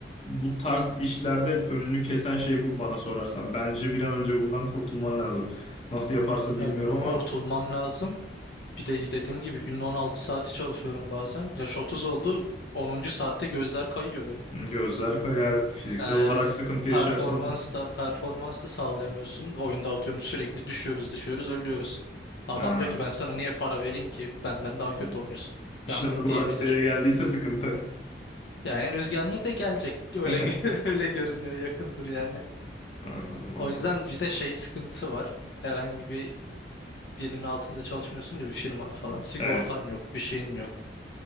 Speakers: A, on the left; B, on the left.
A: bu tarz işlerde önünü kesen şey bu bana sorarsan. Bence bir an önce bundan kurtulman lazım. Nasıl yaparsın
B: Ya
A: bilmiyorum ama
B: kurtulmam lazım. Bir de dediğim gibi günde 16 saati çalışıyorum bazen. Yaş 30 oldu. onuncu saatte gözler kayıyor benim.
A: gözler kayar, fiziksel
B: Ee, Yani
A: olarak sıkıntı
B: performans
A: yaşarsın.
B: da performans da sağlayamıyorsun. Oyunda atıyorum sürekli düşüyoruz düşüyoruz ölüyoruz. Adam
A: Ha.
B: diyor ki ben sana niye para vereyim ki? Benden daha
A: tamam.
B: kötü oynuyorsun.
A: İşler
B: Yani bunu
A: bu
B: diyebilir.
A: raddeye geldiyse sıkıntı.
B: Ya henüz gelme de gelecek. Öyle
A: <laughs>
B: gö- <laughs> öyle görünüyor yakındır yani.
A: Anladım
B: O
A: anladım.
B: yüzden bir de şey sıkıntısı var. Herhangi bir birinin altında çalışmıyorsun ya bir firmanın falan. Sigortan
A: Evet.
B: yok, bir şeyin yok.